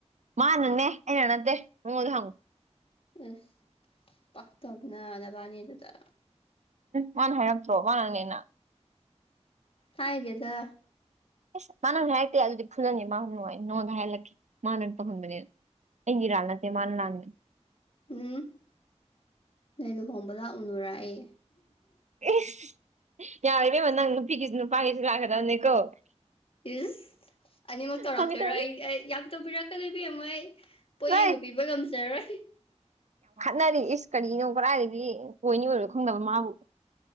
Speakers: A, on the right (about 75°); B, on the left (about 50°).
A: ꯃꯥꯅꯟꯅꯅꯦ ꯑꯩꯅ ꯅꯠꯇꯦ ꯃꯉꫭꯟꯗ ꯍꯪꯉꯨ
B: ꯑꯁ ꯄꯛꯇꯕꯅ ꯅꯗꯕꯥꯅꯤ ꯗꯨꯗ
A: ꯃꯥꯅ ꯍꯥꯏꯔꯛꯇ꯭ꯔꯣ ꯃꯥꯅꯅꯦꯅ
B: ꯍꯥꯏꯗꯦꯗ
A: ꯑꯁ ꯃꯥꯅ ꯍꯥꯏꯔꯛꯛꯇꯦ ꯑꯗꯨꯗꯤ ꯐꯨꯖꯟꯒꯦ ꯃꯥ ꯑꯃꯨꯛ ꯅꯨꯡꯉꯥꯏ ꯅꯉꫭꯟꯗ ꯍꯥꯏꯍꯜꯂꯛꯀꯦ ꯃꯥꯅꯅ ꯇꯧꯍꯟꯕꯅꯤꯅ ꯑꯩꯒꯤ ꯏꯔꯥꯜ ꯅꯠꯇꯦ ꯃꯥꯅ ꯂꯥꯟꯕꯅꯤ
B: ꯎꯝ ꯅꯣꯏ ꯂꯨꯍꯣꯡꯕ ꯂꯥꯛꯎꯅꯨꯔꯥ ꯑꯩ
A: ꯏꯁ ꯌꯥꯔꯤꯕꯦꯝꯃ ꯅꯪ ꯅꯨꯄꯤꯒꯤꯁꯨ ꯅꯨꯄꯥꯒꯤꯁꯨ ꯂꯥꯛꯀꯗꯕꯅꯤꯀꯣ
B: ꯏꯁ ꯑꯅꯤꯃꯛ ꯇꯧꯔꯛꯇꯣꯏꯔꯣ
A: ꯐꯥꯒꯤ ꯇꯧꯕꯅꯤ
B: ꯑꯩ ꯌꯥꯝ ꯇꯧꯕꯤꯔꯛꯀꯅꯨ ꯏꯕꯦꯝꯃ ꯑꯩ ꯄꯣꯠꯌꯦꯡꯒ
A: ꯂꯩ
B: ꯄꯤꯕ ꯉꯝꯖꯔꯣꯏ
A: ꯅꯪꯗꯤ ꯏꯁ ꯀꯔꯤꯅꯣ ꯀꯗꯥꯥꯏꯗꯒꯤ ꯑꫭꯏꯅꯤ ꯑꯣꯏꯔꫭꯏ ꯈꯪꯗꯕ ꯃꯥꯕꯨ